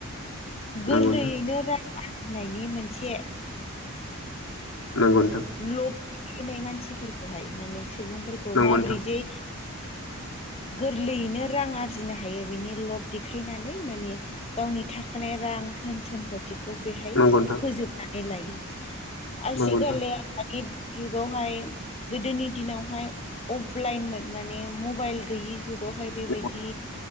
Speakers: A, on the left (about 60°); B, on the left (about 25°).
A: नंगौ
B: गोरलैयैनो
A: नोंथां
B: रां आरजिनायनि मोनसे
A: नंगौ
B: लफायनाय मानसिफोरखौहाय माने सुबुंफोरखौ माबोरै
A: नोंथां
B: जे गोरलैयैनो रां आरजिनो हायो बिनि लब देखायनानै माने गावनि थाखानाय रां धोन सम्पतिखौ बेहाय
A: नंगौ
B: फोजोबनानै लायो
A: नोंथां
B: आसिखालि दानि जुगावहाय गोदोनि दिनावहाय अफलाइनमोन माने मबाइल गैयि जुग बेवहाय बेबायदि
A: नंगौ